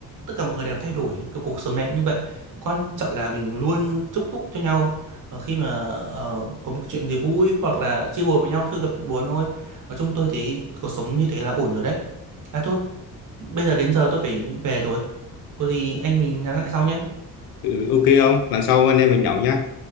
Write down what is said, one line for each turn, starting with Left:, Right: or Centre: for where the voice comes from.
Right: tất cả mọi người đều thay đổi cái cuộc sống này cũng như vậy quan trọng là mình luôn chúc phúc cho nhau ờ, khi mà ờ, có một chuyện gì vui hoặc là chia buồn với nhau khi gặp chuyện buồn thôi nói chung tôi thấy cuộc sống như thế là ổn rồi đấy à thôi Bây giờ đến giờ tôi phải về rồi. Có gì anh mình nhắn lại sau nhé.
Left: ừ, ok không lần sau anh em mình nhậu nha